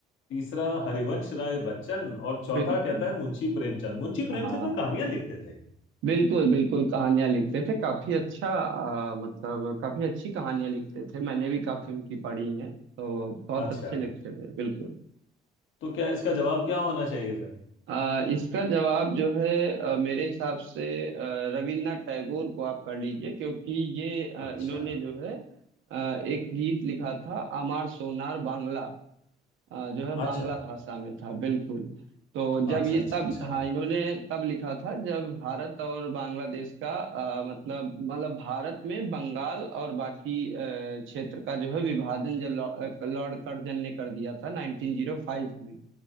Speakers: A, on the left; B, on the right.
A: तीसरा हरिवंश राय बच्चन और चौथा
B: बिल्कुल
A: कहता है मुंशी प्रेमचंद मुंशी
B: हाँ
A: प्रेमचंद तो कहानियां लिखते थे
B: बिल्कुल बिल्कुल कहानियां लिखते थे काफी अच्छा अ, मतलब काफी अच्छी कहानियां लिखते थे मैंने भी काफी उनकी पढ़ी हैं तो बहुत
A: अच्छा
B: अच्छे लिखते थे बिल्कुल
A: तो क्या इसका जवाब क्या होना चाहिए फिर
B: आ, इसका जवाब जो है आ, मेरे हिसाब से आ, रविन्द्रनाथ टैगोर को आप कर लीजिए क्योंकि ये आ,
A: अच्छा
B: इन्होंने जो है आ, एक गीत लिखा था आमार सोनार बांग्ला आ, जो है
A: अच्छा
B: बांग्ला भाषा में था बिल्कुल तो जब
A: अच्छा
B: ये
A: अच्छा
B: तब
A: अच्छा
B: हाँ इन्होंने तब लिखा था जब भारत और बांग्लादेश का आ, मतलब मतलब भारत में बंगाल और बाकी आ, क्षेत्र का जो है विभाजन जब लॉर्ड लॉर्ड कर्जन ने कर दिया था 1905 में